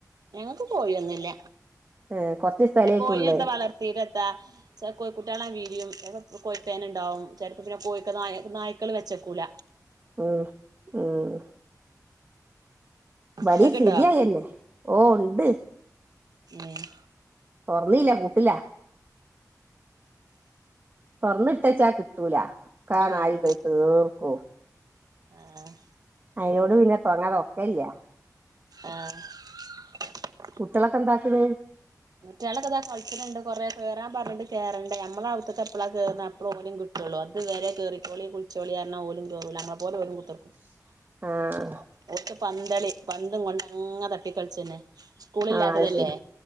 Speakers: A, on the right; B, on the right.
A: ഞങ്ങക്ക് കോയൊന്നില്ല
B: ഏഹ് കൊറച്ച് സ്ഥലേക്കുള്ളേ
A: കോയി എത്ത വാളല തീരെത്താ ച കുട്ടികളാണ്ട് വീരിയും ച കോഴിപ്പേന ഉണ്ടാവും ചില പിന്നെ കോയ്ക്ക നായ നായിക്കള് വെച്ചേക്കൂല
B: ആഹ് ആഹ് ബടി
A: ഇങ്ങക്ക്ണ്ടോ
B: സ്ഥിതിഅതന്നെ ഓ ഉണ്ട്
A: ഏഹ്
B: തൊറന്നീല്ല കൂട്ടില്ല തൊറന്നിട്ടച്ചാ കിട്ടൂല ഒക്ക
A: ആഹ്
B: നായി പോയി തീർക്കോ
A: ആഹ്
B: അയിതിനോട് പിന്നെ തുടങ്ങാതൊക്കെ ഇല്ല
A: ആഹ് <unintelligible>
B: കുട്ടികളൊക്കെ എന്താക്കണ്
A: മറ്റയാളൊക്കെതാ കളിച്ചട്ടുണ്ട് കൊറെ കറൻ പറഞ്ഞിണ്ട് ക കേറണ്ട് നമ്മുടെ അടുത്തൊക്ക എപ്പഴാ കേറ അപ്പോഴ ഓരും കുട്ടി ള്ളൂ അത്വേരെ കയറിക്കോളി കുളിച്ചോളിരാ ഓലും കേറുല നമ്മെ പോലെ കുത്ത
B: <inaudible> ആഹ്
A: ഓക്ക് പന്തളി പന്തും കൊണ്ട് അങ്ങ തട്ടി കളിച്ചന്നെ സ്കൂള ഇില്ലാത്തതല്ലേ
B: ആഹ് അത് ശരി